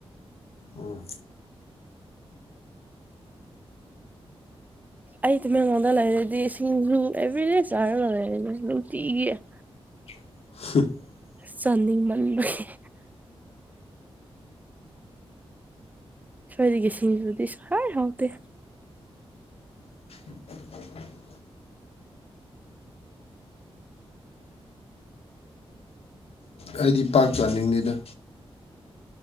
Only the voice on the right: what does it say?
ꯑꯩ ꯇꯃꯦꯟꯂꯣꯟꯗ ꯂꯩꯔꯗꯤ ꯁꯤꯡꯖꯨ ꯑꯦꯚ꯭ꯔꯤꯗꯦ ꯆꯥꯔꯒ ꯂꯩꯔꯅꯤ ꯅꯨꯡꯇꯤꯒꯤ <inaudible>
ꯆꯅꯤꯡꯃꯟꯕꯒꯤ ꯁꯋ꯭ꯥꯏꯗꯒꯤ ꯁꯤꯡꯖꯨꯗꯤ ꯁꯋ꯭ꯥꯏ ꯍꯥꯎꯇꯦ